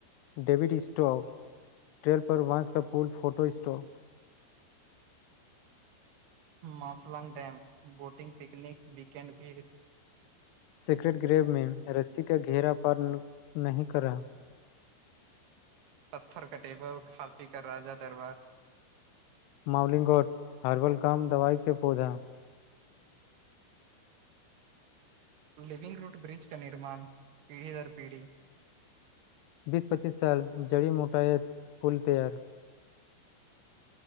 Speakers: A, on the left; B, on the right.
A: डविड स्टॉक ट्रेल पर वंस का पूल photo stock
B: <inaudible> माफल् dam boating picnic weekend भीड़
A: सिक्रेट ग्रेवमे रस्सी क घेरा पार नहि करा
B: पत्थर कटेबल खाँसी क राजा दरबार
A: माउलिंगोट हर्बल काम दवाई के पौधा
B: लिविंग रूट ब्रिज क निर्माण पीढ़ी दर पीढ़ी
A: बीस पच्चीस साल जड़ी मोटायत पुल तैयार